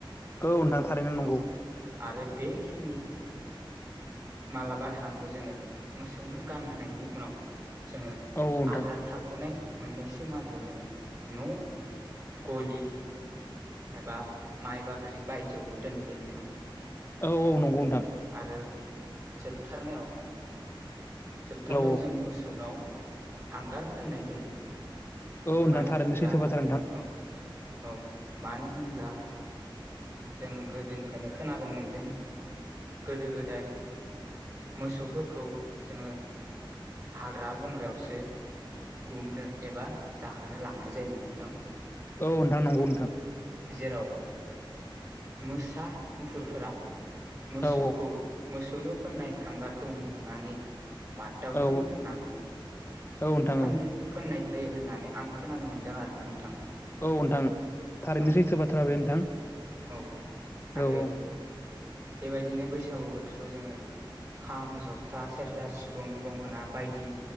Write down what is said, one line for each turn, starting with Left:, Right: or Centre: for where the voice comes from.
Left: औ नोंथां थारैनो नंगौ
Right: औ आरो बेखिनि मालाबानो हांगौ जोङो मोसौनो गानहोनायनि उनाव जोङो
Left: औ औ नोंथां
Right: आद्रा थाबावनाय मोननैसो मालाखौ जोङो न' गलि एबा माइ बाख्रि बायदियावबो दोननाय जायो नोंथां।
Left: औ औ नंगौ नोंथां
Right: आरो जोबथारनायाव जोबथारनायाव
Left: औ
Right: जों मोसौनाव हांगार फोननाय जायो
Left: औ नोंथां
Right: मानो
Left: थारैनो
Right: होनब्ला
Left: सैथो बाथ्रा नोंथां
Right: औ औ मानो होनब्ला जों गोदोनिफ्रायनो खोनाबोनो मोनदों गोदो गोदाय मोसौफोरखौ जोङो हाग्रा बंग्रायावसो गुमनो एबा जाहोनो लांनाय जायोमोन नोंथां।
Left: औ नोंथां नंगौ
Right: औ
Left: नोंथां।
Right: जेराव मोसा मुफुरफोरा मोसौखौ
Left: औ
Right: मोसौनि फोननाय हांगारखौ नुनानै बारदावथों
Left: औ
Right: होननानै
Left: औ नोंथां
Right: फोननाय
Left: औ
Right: जायो होननानै आं खोनानो मोनदों आरोना नोंथां।
Left: औ नोंथां थारैनो
Right: औ
Left: सैथो बाथ्रा बे नोंथां।
Right: औ
Left: औ
Right: आरो
Left: औ।
Right: बेबायदिनो बैसागु बोथोरखौ जोङो खाम जथा सेरजा सिफुं गंगोना बायदि